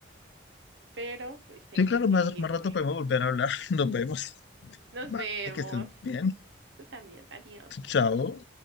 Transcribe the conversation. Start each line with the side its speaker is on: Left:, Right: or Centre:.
Right: pero pues tengo
Left: Sí, claro,
Right: que
Left: más,
Right: irme.
Left: más rato podemos volver a hablar. <laughs> Nos vemos.
Right: Nos
Left: Vale,
Right: vemos.
Left: que estés bien.
Right: Tú también, adiós.
Left: Chao.